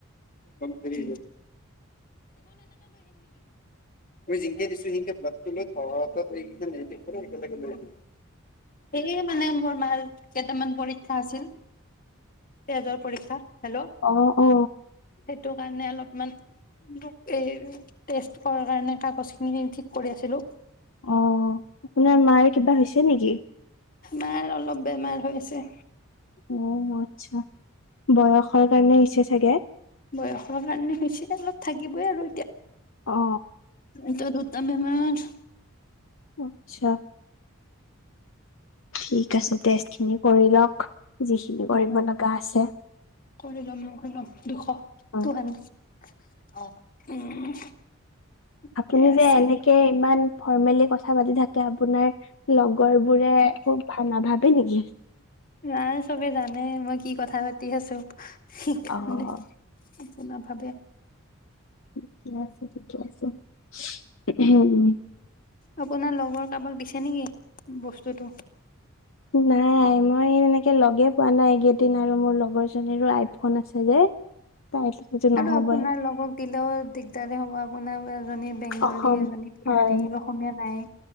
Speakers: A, on the left; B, on the left.
A: দেৰি হৈছে যেনেকৈ দিছো তেনেকৈ লৈ আহি নেকি এনেই মানে মোৰ মামৰ কেইটামান পৰীক্ষা আছিল তেজৰ পৰীক্ষা হেল্ল'
B: অ অ
A: সেইটোৰ কাৰণে অলপমান এই টেষ্ট কৰা কাৰণে কাগজ খিনি ঠিক কৰি আছিলো
B: অ আপোনাৰ মাৰ কিবা হৈছে নেকি
A: মাৰ অলপ বেমাৰ হৈছে
B: অ আচ্ছা বয়সৰ কাৰণে আহিছে চাগে
A: বয়সৰ কাৰণে হৈছে অলপ থাকিবই আৰু এতিয়া
B: অ
A: এ ত তামিলমাৰ
B: আচ্ছা ঠিক আছে দে জোনে কৰি লওক যিখিনি কৰিব
A: উ
B: লগা আছে
A: কৰি ল'ম ল'ম মোহি লয় দুখক
B: অ
A: টু কাৰণে অ উম। ঠিকে
B: আপুনি
A: আছে
B: যে এনেকে ইমান। ফৰ্মেলি কথা পাতি থাকে আপোনাৰ লগৰ বোৰে খুব ভাঙ নাভাবে নেকি?
A: নাই চবে জানে মই কি কথা পাতি আছোঁ। সেইকাণে
B: অ',
A: নাভাবে
B: থিকেই আছ ঠিকে আছে উম <unintelligible>
A: আপোনাৰ লগৰ কাৰোবাক দিছে নেকি বস্তুটো।
B: নাই মই এনেকে লগে পোৱা নাই এইকেইদিন আৰু মোৰ লগৰ জনীৰো আইফোন আছে যে। তাই সেইটো নহবই
A: আৰু আপোনাৰ লগক দিলেও দিগদাৰে হ'ব আপোনাৰ ৱেল এজনী বেংগলী,
B: অসম
A: এজনী বিহাৰী,
B: হয়
A: অসমীয়া নাই।